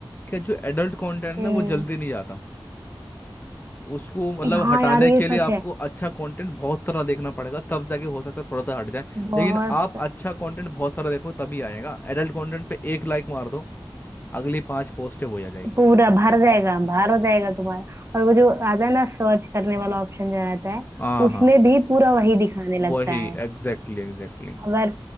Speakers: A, on the left; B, on the right.
A: कि जो एडल्ट कंटेंट
B: हम्म
A: ना वो जल्दी नहीं जाता उसको मतलब
B: हाँ
A: हटाने
B: यार ये
A: के
B: सच
A: लिए आपको
B: है
A: अच्छा कंटेंट बहुत सारा देखना पड़ेगा तब जाके हो सकता है थोड़ा सा हट जाए
B: बहुत
A: लेकिन आप अच्छा कंटेंट बहुत सारा देखो तभी आएगा एडल्ट कंटेंट पे एक लाइक मार दो अगली पांच पोस्टें वही आ जाएगी
B: पूरा भर जाएगा भर हो जाएगा तुम्हारा और वो जो आता है ना सर्च करने वाला ऑप्शन जो रहता है
A: हाँ
B: उसमें
A: हाँ
B: भी पूरा वही दिखाने
A: वही
B: लगता है
A: एग्जैक्टली एग्जैक्टली
B: अगर